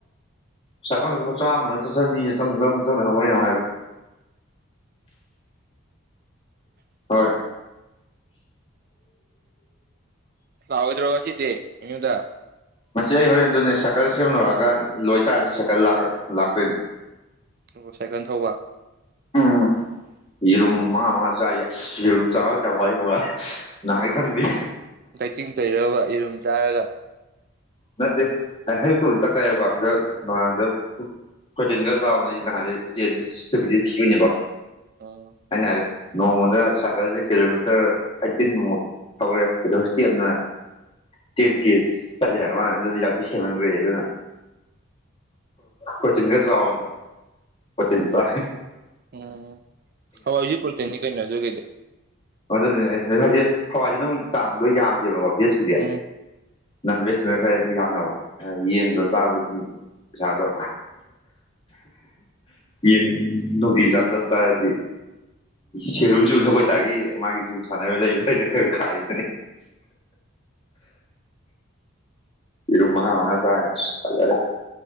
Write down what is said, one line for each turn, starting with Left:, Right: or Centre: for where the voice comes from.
Left: ꯆꯀꯪ ꯆꯥꯝꯃꯗꯅ ꯍꯣꯔ ꯍꯥꯏꯔꯒꯦ ꯍꯣꯏ
Right: ꯥꯎꯗ꯭ꯔꯁꯤꯗꯦ ꯏ ꯊ
Left: ꯃꯁꯤ ꯑꯩ ꯍꯣꯔꯦꯟꯗꯨꯅꯦ ꯁꯥꯏꯀꯜ ꯁꯦꯝꯂꯨꯔꯒ ꯂꯣꯏꯇꯥꯔꯗꯤ ꯁꯥꯏꯀꯜ ꯂꯥꯛꯇꯣꯏꯅꯤ
Right: ꯑꯣ ꯁꯥꯏꯀꯜꯟ ꯊꯧꯕ
Left: ꯎꯝ ꯌꯦꯔꯨꯝ ꯃꯥ ꯃꯥꯥ ꯆꯔꯤ ꯏꯔꯨꯝ ꯆꯥ ꯀ ꯋꯥꯏꯨꯝꯕ
Right: ꯎꯝ
Left: ꯏ ꯈꯪꯗꯤ
Right: ꯗꯥꯏꯇꯤꯡ ꯇꯧꯔꯕ ꯌꯦꯔꯨꯝ ꯆꯥꯔꯒ
Left: ꯅꯠꯇꯦ ꯑꯌꯨꯛꯇꯕꯨꯗꯤ ꯆꯥꯛ ꯆꯥꯏꯌꯦꯀꯣ ꯑꯗ ꯅꯅꯨꯡꯍꯥꯡꯗ ꯍꯣꯏꯇꯤꯟꯒ ꯆꯥꯎꯅ ꯅꯍꯥꯟꯁ ꯆꯦꯟ ꯊꯨꯕꯤꯗꯤ ꯊꯤꯏꯅꯦꯀꯣ
Right: ꯎꯝ
Left: ꯍꯥꯏꯩꯅ ꯍꯥꯏꯔꯦ ꯅꯣꯡꯃꯗ ꯁꯥꯏꯀꯜꯁꯦ ꯀꯤꯂꯣꯃꯤꯇꯔ ꯑꯩꯠꯇꯤꯟꯃꯨꯛ ꯍꯧꯔꯦ ꯑ ꯍꯧꯖꯤꯛꯇ ꯌꯥꯝꯅꯔ ꯇꯤꯟ ꯇꯁ ꯆꯦ ꯍꯥꯏ ꯃꯥ ꯑꯗꯨ ꯌꯥꯦꯃ ꯑꯗꯨꯅ ꯄꯣꯆꯤꯟꯒꯎꯅ ꯄꯣꯆꯤꯟ ꯆ
Right: ꯎꯝ ꯍꯋꯥꯣꯏ ꯍꯧꯖꯤꯛ ꯄꯣꯜꯇꯤꯟꯅꯤ ꯀꯩꯅꯣꯗꯈꯩꯗꯤ
Left: ꯑꯗꯨ ꯍꯥꯏꯗꯤ ꯍꯋꯥꯏꯁꯦ ꯅꯝ ꯆꯥꯡꯗꯣ ꯌꯥꯝꯗꯦꯕ ꯚꯦꯖꯀꯤꯨꯗꯤ
Right: ꯎꯝ
Left: ꯅꯟ ꯚꯦꯖ ꯁꯤꯅ ꯈꯔ ꯌꯥꯝ ꯌꯥꯎꯋꯦ ꯌꯦꯟꯗ ꯆꯥꯕꯗꯨꯗꯤ ꯄꯩꯁꯥꯗꯣ ꯌꯦꯟ ꯅꯨꯡꯗꯤ ꯆꯥꯡ ꯆꯗꯤ ꯁꯦꯔꯨꯝꯁꯨ ꯊꯒꯣꯏꯇꯥꯒꯤ ꯃꯥꯒꯤ ꯖꯤꯝ ꯁꯥꯟꯅꯕ ꯂꯩꯕ ꯑꯩꯅ ꯈꯔ ꯈꯥꯏꯗꯅꯦ ꯏꯔꯨꯝ ꯃꯉꯥ ꯃꯉ ꯆ ꯐꯂꯔꯦ